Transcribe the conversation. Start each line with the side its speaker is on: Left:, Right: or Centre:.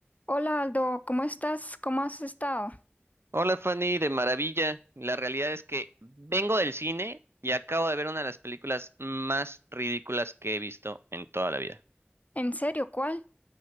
Left: Hola Aldo, ¿cómo estás? ¿Cómo has estado?
Right: Hola Fanny, de maravilla. La realidad es que vengo del cine y acabo de ver una de las películas más ridículas que he visto en toda la vida.
Left: ¿En serio? ¿Cuál?